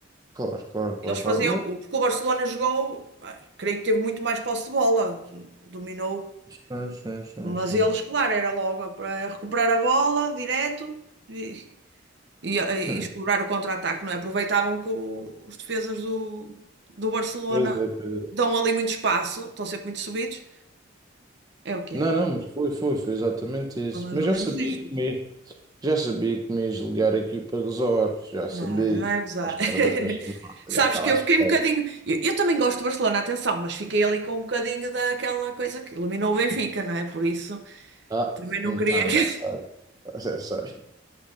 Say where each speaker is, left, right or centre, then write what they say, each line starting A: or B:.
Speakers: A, on the right (about 20°); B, on the right (about 60°).
A: Claro, claro, claro,
B: Eles faziam,
A: claro.
B: o- porque o Barcelona jogou, ah, creio que teve muito mais posse de bola, dominou,
A: Sim, sim, sim,
B: mas
A: sim,
B: eles,
A: sim.
B: claro,
A: <laughs>
B: era logo para recuperar a bola direto e, e- e
A: Hum,
B: explorar o contra-ataque, não é? Aproveitavam que o- os defesas do, do Barcelona
A: Pois é, pois é.
B: dão ali muito espaço, estão sempre muito subidos, é o que
A: Não,
B: é.
A: não, mas foi, foi, foi exatamente isso.
B: Foi mais
A: Mas
B: ou
A: já
B: menos
A: sabia
B: isso.
A: que me, já sabia que me ias ligar aqui para resorts, já sabia,
B: Não, não
A: já
B: é
A: estava
B: gozar.
A: à espera
B: <laughs>
A: da tua chamada,
B: Sabes
A: já estava
B: que
A: à
B: eu
A: espera.
B: fiquei um bocadinho. Eu, eu também gosto do Barcelona, atenção, mas fiquei ali com um bocadinho daquela coisa que eliminou o Benfica, não é? Por isso.
A: Ah,
B: Também não
A: então
B: queria que.
A: já sabe, <laughs> já sei.